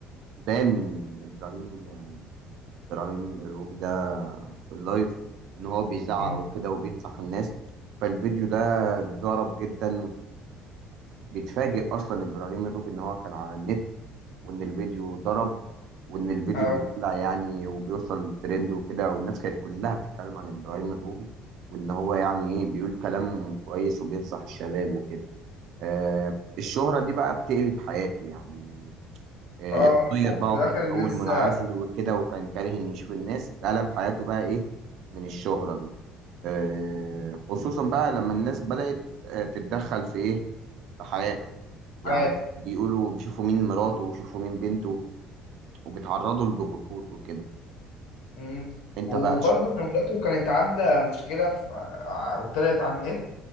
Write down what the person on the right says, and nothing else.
بان ابراهيم ابراهيم الروبي ده في اللايف ان هو بيزعق
وكده وبينصح الناس فالفيديو ده ضرب جدا وبيتفاجئ اصلا ابراهيم الروبي ان هو كان على النت وان الفيديو ضرب وان الفيديو
بيطلع يعني وبيوصل ترند وكده والناس كانت كلها بتتكلم عن ابراهيم الروبي وان هو يعني ايه بيقول كلام كويس وبينصح الشباب وكده آه الشهرة دي بقى بتقلب حياته يعني آه،
اتغير
بقى وكان
في الأول
منعزل
وكده وكان كاره إنه يشوف الناس اتقلب حياته بقى إيه من الشهرة دي آه، خصوصا بقى لما الناس بدأت آه، تتدخل في إيه في حياته يعني
بيقولوا بيشوفوا مين مراته ويشوفوا مين بنته وبيتعرضوا لضغوطات وكده
أنت
بقى شا...